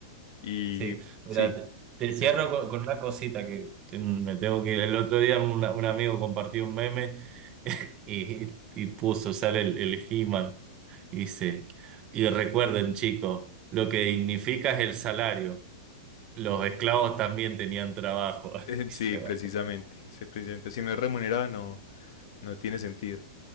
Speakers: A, on the left; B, on the right.
A: Y
B: Sí, mira,
A: sí,
B: te, te cierro
A: hay-
B: con, con una cosita que te- me tengo que ir. El otro día una- un amigo compartió un meme <laughs> y, y puso, sale el, el He-Man, y dice, y recuerden chicos, lo que dignifica es el salario. Los esclavos también tenían trabajo. <laughs>
A: <laughs>
B: Y se
A: sí,
B: va.
A: precisamente, sí, precisamente. Si no es remunerado no, no tiene sentido.